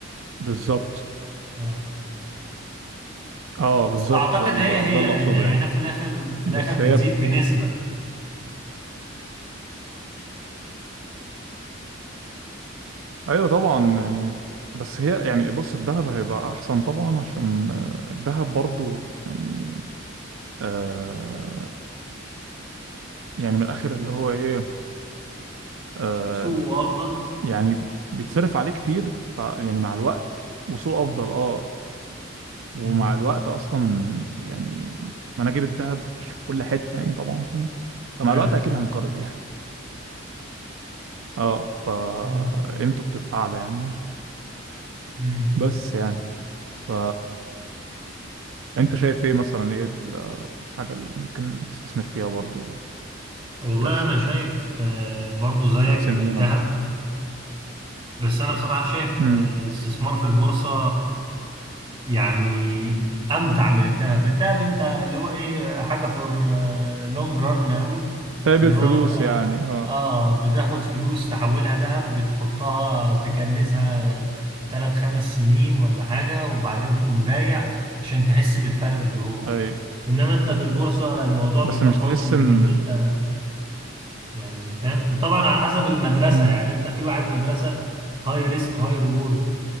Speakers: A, on the right (about 80°); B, on the right (about 25°).
A: بالظبط
B: اه
A: اه بالظبط
B: بس اعتقد
A: ده اللي
B: هي هي
A: ده اللي
B: لان
A: اقصده
B: هنا
A: يعني
B: في الاخر في
A: بس
B: الاخر بتزيد
A: هي في...
B: بنسبة
A: ايوه طبعا يعني بس هي يعني بص الذهب هيبقى احسن طبعا عشان آه، الذهب برضو يعني آه يعني من الاخر اللي هو ايه آه،
B: سوقه افضل
A: يعني بيتصرف عليه كتير ف يعني مع الوقت وسوق افضل اه ومع
B: امم
A: الوقت اصلا يعني مناجم الذهب مش في كل حته يعني طبعا فاهم فمع
B: ايوه
A: الوقت اكيد هنقرض يعني اه فقيمته
B: امم
A: بتبقى اعلى يعني
B: امم
A: بس يعني ف انت شايف ايه مثلا ايه الحاجه اللي ممكن تستثمر فيها برضو
B: والله
A: تكسب
B: انا شايف
A: كده
B: آه، برضو زيك
A: سننا
B: الذهب
A: برضو
B: بس انا بصراحة شايف
A: امم
B: آه، الاستثمار في البورصة يعني امتع من الذهب الذهب انت اللي هو ايه حاجه فور لونج ران قوي
A: طيب
B: اللي
A: الفلوس
B: هو انت
A: يعني اه
B: اه بتاخد فلوس تحولها ذهب بتحطها تكنزها ثلاث خمس سنين ولا حاجه وبعدين تقوم بايع عشان تحس بالفرق اللي هو
A: ايوه
B: انما انت في البورصه الموضوع بيبقى
A: بس مش
B: فن
A: تحس ان
B: لان
A: ال...
B: انت يعني فاهم طبعا على حسب المدرسه
A: مم.
B: يعني انت في واحد مدرسه هاي ريسك هاي ريورد